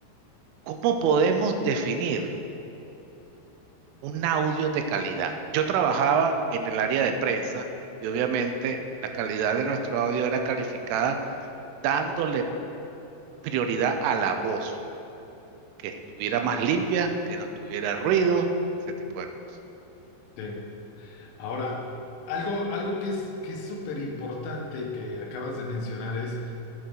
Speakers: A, on the right; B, on the left.
A: ¿cómo podemos definir un audio de calidad? Yo trabajaba en el área de prensa y obviamente la calidad de nuestro audio era calificada dándole prioridad a la voz, que estuviera más limpia, que no tuviera ruido, ese tipo de cosas.
B: Sí. Ahora, algo, algo que es, que es súper importante y que acabas de mencionar es